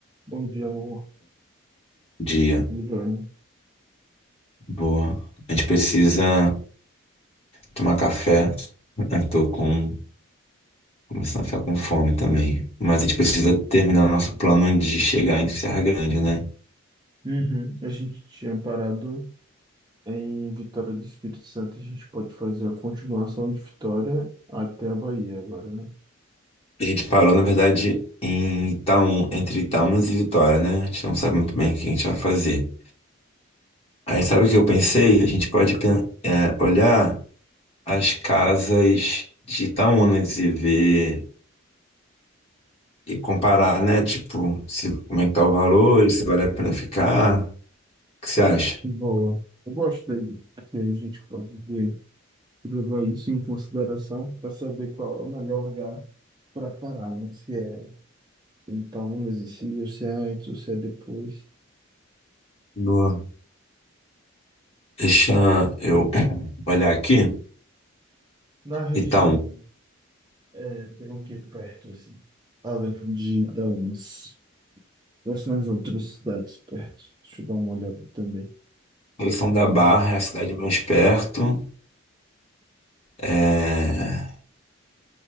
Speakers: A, on the right (about 20°); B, on the left (about 30°).
A: Bom dia, amor.
B: Dia.
A: Tudo jóia?
B: Boa. A gente precisa tomar café. Eu tô com... começando a ficar com fome também. Mas a gente precisa terminar o nosso plano de chegar em Serra Grande, né?
A: Uhum. A gente tinha parado em Vitória do Espírito Santo. A gente pode fazer a continuação de Vitória até a Bahia agora, né?
B: A gente parou, na verdade, em Itaúna, entre Itaúnas e Vitória, né? A gente não sabe muito bem o que a gente vai fazer. Aí sabe o que eu pensei? A gente pode pen- é, olhar as casas de Itaúnas e ver e comparar, né? Tipo, se, como é que tá o valor, e se vale a pena ficar. que você acha?
A: Boa. Eu gosto daí. que A gente pode ver- levar isso em consideração para saber qual é o melhor lugar para parar, né? Se é em Itaúnas e se ou se é antes ou se é depois.
B: Boa. Deixa eu <clears throat> olhar aqui.
A: Na região,
B: Itaú.
A: é, tem o que perto, assim? Além de Itaúnas. Quais são as outras cidades perto? Deixa eu dar uma olhada também.
B: são da
A: É,
B: Barra, é a cidade mais perto. É,